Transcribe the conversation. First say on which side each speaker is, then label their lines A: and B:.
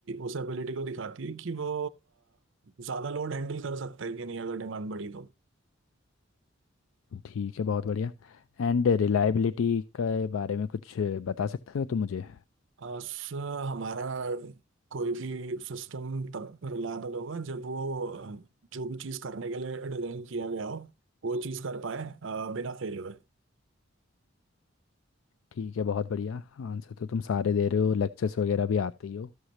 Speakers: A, on the right; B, on the left.
A: उस एबिलिटी को दिखाती है कि वो ज़्यादा लोड हैंडल कर सकता है कि नहीं अगर डिमांड बढ़ी तो
B: ठीक है बहुत बढ़िया एंड रिलायबिलिटी के बारे में कुछ बता सकते हो तुम मुझे
A: आ, सर हमारा कोई भी सिस्टम तब रिलायबल होगा जब वो अ, जो भी चीज़ करने के लिए डिज़ाइन किया गया हो वो चीज़ कर पाए अ, बिना फेल हुए
B: ठीक है बहुत बढ़िया आंसर तो तुम सारे दे रहे हो लेक्चर्स वगैरह भी आते ही हो